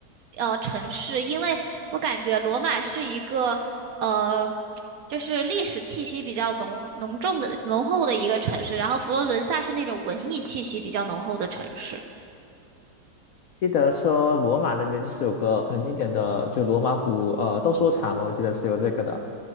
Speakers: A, on the right; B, on the left.
A: 呃，城市，因为我感觉罗马是一个，呃，就是历史气息比较浓浓重的浓厚的一个城市，然后佛罗伦萨是那种文艺气息比较浓厚的城市。
B: 记得说罗马那边就是有个很经典的，就罗马古呃斗兽场嘛，我记得是有这个的。